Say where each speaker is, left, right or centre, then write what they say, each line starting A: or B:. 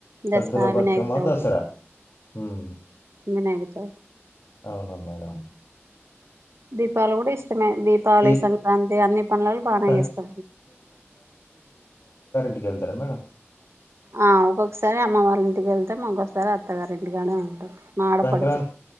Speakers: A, on the left; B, on the right.
A: సద్దుల
B: దశరా
A: బతుకమ్మ
B: వినాయక చౌ
A: దసరా ఉమ్
B: వినాయక చౌ
A: అవునును మేడం
B: దీపాలు కూడా ఇష్ట ఇష్టమే దీపావళి
A: దీప్
B: సంక్రాంతి అన్ని పనులలు బాగా
A: సం
B: చేస్తా
A: ట్కిళ్తార మేడంమ్
B: ఆ ఒక్కొక్కసారి అమ్మవారి ఇంటికి వెళ్తాం ఒక్కొక్కసారి అత్తగారింటికానే ఉంటాం మా ఆడపడుచు
A: సంక్రాంత